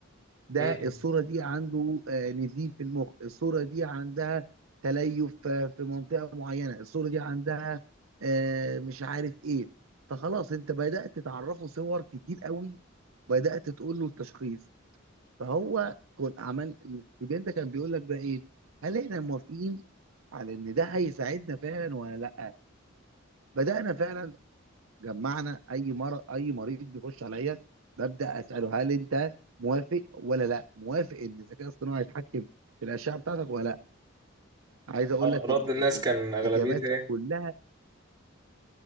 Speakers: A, on the right; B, on the right.
A: ده
B: مم.
A: الصوره دي عنده آه، نزيف في المخ الصوره دي عندها تليف آه، في منطقه معينه الصوره دي عندها آه، مش عارف ايه فخلاص انت بدأت تعرفه صور كتير قوي بدأت تقول له التشخيص فهو كان عمل الاستبيان ده كان بيقول لك بقى ايه هل احنا موافقين على ان ده هيساعدنا فعلا ولا لا بدأنا فعلا جمعنا اي مر اي مريض بيخش عليا ببدا اساله هل انت موافق ولا لا موافق ان الذكاء الاصطناعي يتحكم في الاشعه بتاعتك ولا لا عايز اقول
B: آه،
A: لك
B: رد
A: ان كانت
B: الناس كان اغلبيته
A: الاجابات
B: ايه
A: كلها